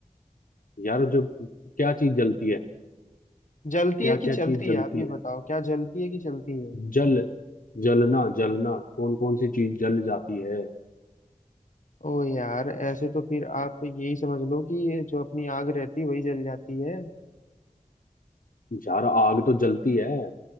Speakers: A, on the left; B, on the left.
A: यार जो क्या चीज जलती है
B: जलती
A: क्या
B: है कि
A: क्या
B: चलती
A: चीज जलती
B: है आप ये
A: है
B: बताओ क्या जलती है कि चलती है
A: जल जलना जलना कौन कौन सी चीज जल जाती है
B: ओ यार ऐसे तो फिर आप यही समझ लो कि ये जो अपनी आग रहती है वही जल जाती है
A: यार आग तो जलती है